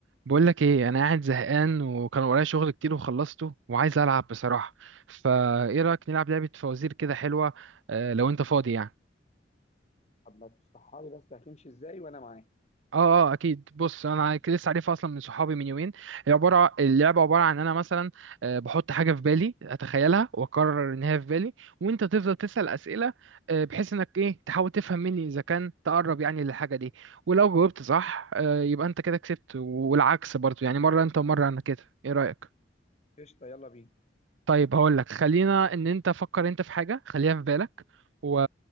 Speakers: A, on the right (about 85°); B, on the left (about 35°).
A: بقول لك ايه انا قاعد زهقان وكان ورايا شغل كتير وخلصته وعايز العب بصراحه فايه رايك نلعب لعبه فوازير كده حلوه آه لو انت فاضي يعني
B: طب ما تشرحها لي بس هتمشي ازاي وانا معاك
A: اه اه اكيد بص انا ع- لسه عارفها اصلا من صحابي من يومين هي عباره اللعبه عباره عن انا مثلا آه بحط حاجه في بالي اتخيلها واقرر ان هي في بالي وانت تفضل تسال اسئله آه بحيث انك ايه تحاول تفهم مني اذا كان تقرب يعني للحاجه دي ولو جاوبت صح آه يبقى انت كده كسبت والعكس برضو يعني مره انت ومره انا كده ايه رايك
B: قشطه يلا بينا
A: طيب هقول لك خلينا ان انت فكر انت في حاجه خليها في بالك و...